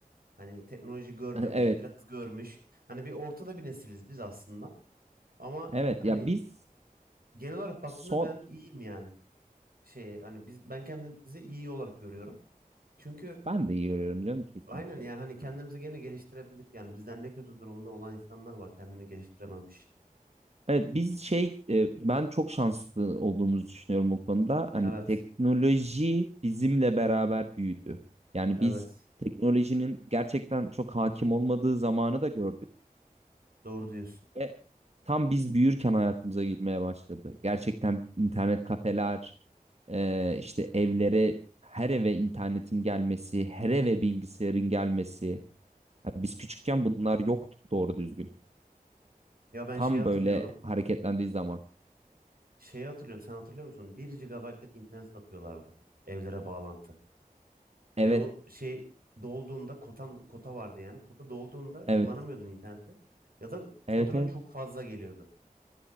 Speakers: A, on the right; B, on the right.
A: Hani teknoloji görmemiş,
B: <laughs> Evet.
A: biraz görmüş. Hani bir ortada bir nesiliz biz aslında. Ama
B: Evet
A: hani
B: ya biz
A: genel olarak baktığında
B: son
A: ben iyiyim yani. Şey hani biz ben kendimizi iyi olarak görüyorum. Çünkü
B: ben de iyi oynuyorum canım kesinlikle.
A: aynen yani hani kendimizi gene geliştirebildik yani bizden ne kötü durumda olan insanlar var kendini geliştirememiş.
B: Evet biz şey e, ben çok şanslı olduğumuzu düşünüyorum bu konuda. Hani
A: Evet.
B: teknoloji bizimle beraber büyüdü. Yani
A: Evet.
B: biz teknolojinin gerçekten çok hakim olmadığı zamanı da gördük.
A: Doğru diyorsun.
B: Ve tam biz büyürken hayatımıza girmeye başladı. Gerçekten internet kafeler, e, işte evlere, her eve internetin gelmesi, her eve bilgisayarın gelmesi. Yani biz küçükken bunlar yoktu doğru düzgün.
A: Ya ben
B: Tam
A: şeyi hatırlıyorum.
B: böyle hareketlendiği zaman.
A: Şeyi hatırlıyorum. Sen hatırlıyor musun? bir gigabaytlık internet satıyorlardı evlere bağlantı.
B: Evet,
A: Ve o şey dolduğunda kotan kota vardı yani. Kota dolduğunda
B: evet,
A: kullanamıyordun interneti. Ya da faturan
B: evet, evet.
A: çok fazla geliyordu.